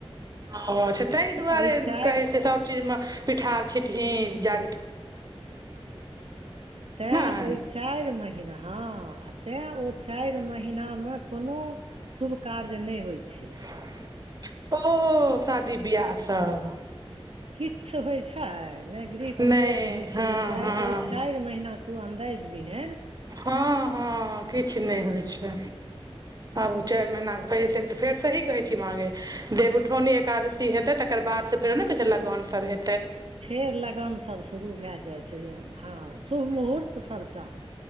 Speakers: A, on the right (about 40°); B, on the right (about 70°).
A: हं अच्छा
B: आ
A: ताहि दुआरे
B: एहि चारि
A: कहै छै सभ चीजमे पिठार छिटही जा
B: तै
A: नहि
B: ओहि चारि महिना हॅ आ तेँ ओ चारि महिनामे कोनो शुभ कार्य नहि होइ छै
A: <unintelligible> ओ शादी बियाह सब
B: किछु होइत छै ने गृह प्रवेश
A: नहि
B: होइत
A: हँ
B: छै ओहि चा
A: हँ
B: ओहि चारि महिना तु अन्दाजइज लिहेन
A: हँ हँ किछु नहि होइ छै आब ओ चारि महीनाक फैर तऽ फेर सही कहे छी माॅ गे देव उठौनी एकाद हेते तकर बाद से फेर नै कहै छला लगन सब हेै
B: फेर लगन सब शुरू भै जाइ छै हँ शुभ मुहूर्त सभटा